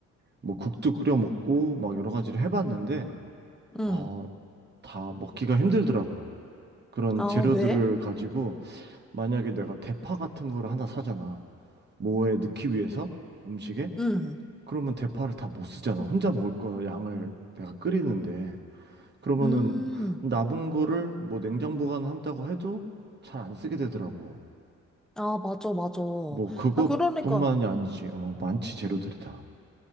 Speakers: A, on the right (about 35°); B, in the centre.
A: 뭐 국도 끓여 먹고 막 여러 가지를 해봤는데
B: 응.
A: 아, 다 먹기가 힘들더라고. 그런
B: 아,
A: 재료들을
B: 왜?
A: 가지고 만약에 내가 대파 같은 거를 하나 사잖아. 뭐에 넣기 위해서 음식에?
B: 응.
A: 그러면 대파를 다 못 쓰잖아. 혼자 먹을 거 양을 내가 끓이는데. 그러면은
B: 음,
A: 남은 거를 뭐 냉장 보관한다고 해도 잘 안 쓰게 되더라고.
B: 아, 맞아, 맞아.
A: 뭐 그것뿐만이
B: 아, 그러니까,
A: 아니지. 어, 많지 재료들이 다.